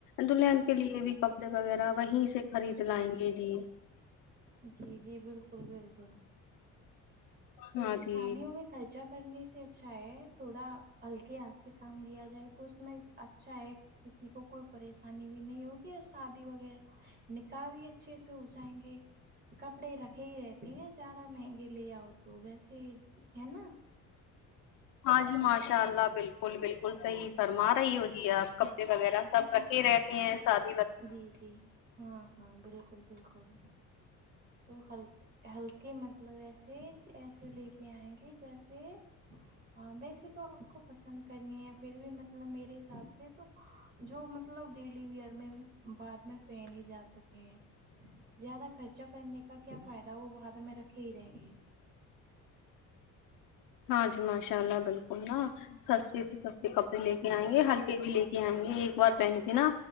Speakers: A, on the left; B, on the right.
A: دلہن کے لیے بھی کپڑے وغیرہ وہیں سے خرید لائیں گے جی
B: جی جی بالکل بالکل ویسے
A: ہاں جی
B: شادیوں میں خارجہ کرنے سے اچھا ہے تھوڑا ہلکے ہاتھ سے کام لیا جائے تو اس میں اچھا ہے کسی کو کوئی پریشانی بھی نہیں ہوگی شادی وغیرہ نکاح بھی اچھے سے ہو جائیں گے کپڑے رکھے ہی رہتے ہیں زیادہ مہنگے لے آو تو ویسے ہے نا
A: ہاں جی ماشاء اللہ بالکل بالکل صحیح فرما رہی ہو جی آپ کپڑے وغیرہ سب کرتی ہی رہتی ہیں ساتھ
B: جی جی ہاں ہاں بالکل بالکل تو ہلک ہلکے مطلب ایسے ایسے لے کے آئیں گے جیسے ہاں ویسے تو آپ کو پسند کرنی ہے پھر بھی مطلب میرے حساب سے تو جو مطلب ڈیلی ویر میں بعد میں پے نہیں جا سکے ہے زیادہ خرچہ کرنے کا کیا فائدہ وہ بعد میں رکھے ہی رہیں گے
A: ہاں جی ماشاء اللہ بالکل نا سستے سے سستے کپڑے لے کے ائیں گے ہلکے بھی لے کے ائیں گے ایک بار پہن کے نا